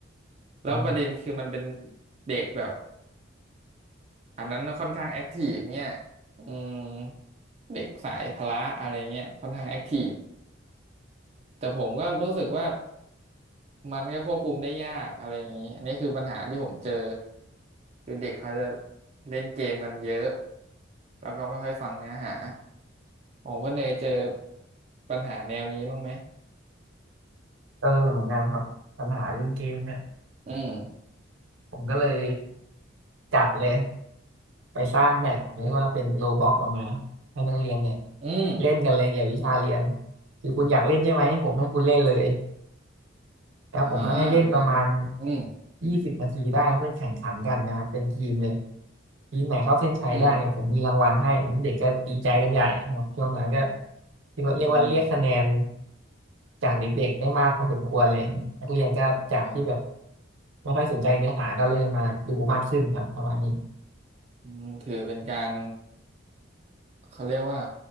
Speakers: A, on the right (about 35°); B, on the right (about 80°).
A: แล้วประเด็นคือมันเป็น
B: อ๋อ
A: เด็กแบบอันนั้นค่อนข้างแอคทีฟเนี่ยอืมเด็กสายพละอะไรเงี้ยค่อนข้างแอคทีฟแต่ผมก็รู้สึกว่า มันก็ควบคุมได้ยากอะไรอย่างนี้ อันนี้คือปัญหาที่ผมเจอคือเด็กเขาจะเล่นเกมกันเยอะแล้วก็ไม่ค่อยฟังเนื้อหาของพ่อเนยเจอปัญหาแนวนี้บ้างไหม
B: เออเหมือนกันครับปัญหาเล่นเกมเนี่ย
A: อืม
B: ผมก็เลยจัดเลยไปสร้างแมปเรียกว่าเป็นโลบ็อกออกมาให้นักเรียนเนี่ย
A: อืม
B: เล่นกันเลยเกี่ยวกับวิชาเรียนคือคุณอยากเล่นใช่ไหมผมให้คุณเล่นเลย แล้วผมก็ให้เล่นประมาณ
A: อ่าเป็นงานอืม
B: ยี่สิบนาทีได้เพื่อแข่งขันกันนะครับเป็นทีมเลยทีมไหนเข้าเส้นชัยได้เนี่ยผมมีรางวัลให้นี่เด็กก็ดีใจกันใหญ่นะครับช่วงนั้นก็
A: อืม
B: เรียกว่าเรียกว่าเรียกคะแนน
A: อืม
B: จากเด็กๆได้มากพอสมควรเลยนักเรียนก็จากที่แบบ
A: อ่า
B: ไม่ค่อยสนใจเนื้อหาก็เริ่มมาดูมากขึ้นครับประมาณนี้
A: อืมถือเป็นการเขาเรียกว่า